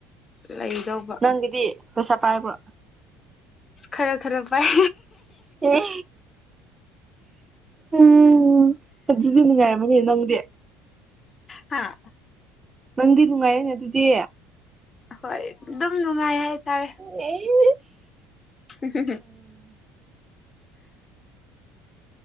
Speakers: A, on the left (about 30°); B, on the right (about 25°).
A: ꯂꯩꯗꯧꯕ
B: ꯅꯪꯒꯤꯗꯤ ꯄꯩꯁꯥ ꯄꯥꯏꯕ꯭ꯔꯣ
A: ꯈꯔ ꯈꯔ ꯄꯥꯏ
B: ꯑꯦ ꯎꯝ ꯑꯗꯨꯗꯤ ꯅꯨꯡꯉꯥꯏꯔꯝꯃꯅꯤ ꯅꯪꯗꯤ
A: ꯍꯥꯥ
B: ꯅꯪꯗꯤ ꯅꯨꯡꯉꯥꯏꯔꯦꯅꯦ ꯑꯗꯨꯗꯤ
A: ꯍꯣꯏ ꯑꯗꯨꯝ ꯅꯨꯡꯉꯥꯏ ꯍꯥꯏꯇꯥꯔꯦ
B: ꯑ
A: ꯍ ꯍ ꯍꯨꯝ